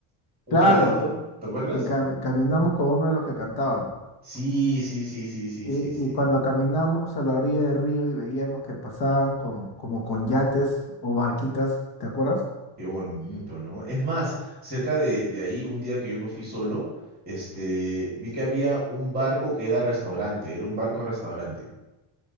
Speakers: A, on the right; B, on the left.
A: un
B: Claro,
A: peladito, ¿te acuerdas?
B: que cami- caminamos con uno de los que cantaban.
A: Sí, sí, sí, sí, sí,
B: Y,
A: sí, sí.
B: y cuando caminamos a la orilla del río y veíamos que pasaban con, como con yates o barquitas, ¿te acuerdas?
A: Qué bonito, ¿no? Es más, cerca de, de ahí, un día que yo me fui solo, este, vi que había un barco que era restaurante, era un barco restaurante.